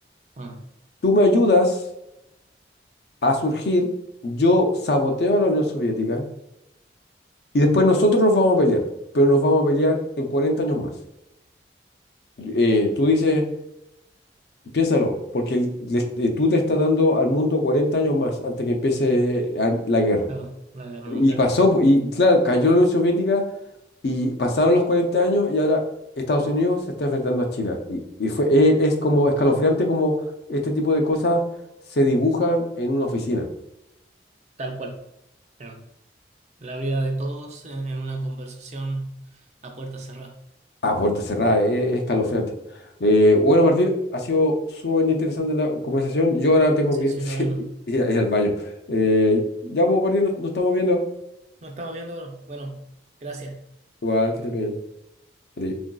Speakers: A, on the right; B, on the left.
A: Ah,
B: Tú me ayudas a surgir, yo saboteo a la Unión Soviética Y después nosotros nos vamos a pelear, pero nos vamos a pelear en 40 años más. Y, eh, tú dices, piénsalo, porque el- les- eh, tú te estás dando al mundo 40 años más antes que empiece a- la guerra.
A: ah, la guerra
B: Y
A: nuclear,
B: pasó, po, y claro, cayó la Unión Soviética y pasaron los 40 años y ahora Estados Unidos se está enfrentando a China. Y, y fue, e- es como escalofriante como este tipo de cosas se dibujan en una oficina.
A: tal cual. Eh, La vida de todos en, en una conversación a puerta cerrada.
B: A puerta cerrada, es es escalofriante. Eh, bueno, Martín, ha sido sumamente interesante la conversación. Yo ahora tengo
A: Sí,
B: que ir,
A: sí,
B: <laughs> sí,
A: lo mismo.
B: ir a- ir al baño. Eh, ya, pues, Martín, nos, nos estamos viendo.
A: No estamos viendo, pero bueno, gracias.
B: Igual, que estés bien. Adiós.